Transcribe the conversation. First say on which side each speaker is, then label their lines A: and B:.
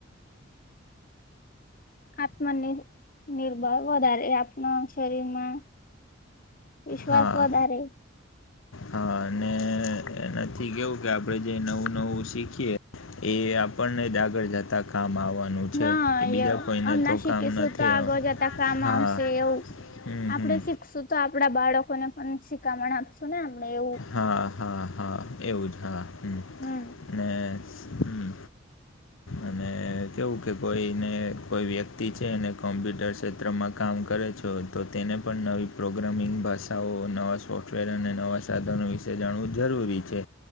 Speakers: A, on the left; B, on the left.
A: આત્મ નીર નિર્ભર વધારે આપના શરીરમાં વિશ્વાસ
B: હા.
A: વધારે
B: હા અને એનાથી કેવું કે આપણે જે નવું નવું શીખીએ એ આપણને જ આગળ જતા કામ આવવાનું. છે
A: હા
B: એ બીજા
A: એવું
B: કોઈને
A: હમણા
B: તો
A: શીખીશું
B: કામ નથી
A: તો આગળ
B: આવ
A: જતા કામ
B: હા
A: આવશે એવું
B: હમ
A: આપણે
B: હમ
A: શીખશું તો આપડા બાળકોને પણ શીખામણ આપશું ને આપણે એવું.
B: હા હા હા એવું જ હા હમ
A: હમ્મ
B: ને હમ અને કેવું કે કોઈને કોઈ વ્યક્તિ છે એને કોમ્પ્યુટર ક્ષેત્રમાં કામ કરે છો તો તેને પણ નવી પ્રોગ્રામિંગ ભાષાઓ નવા સોફ્ટવેર અને નવા સાધનો વિ તે જાણવું જરૂરી છે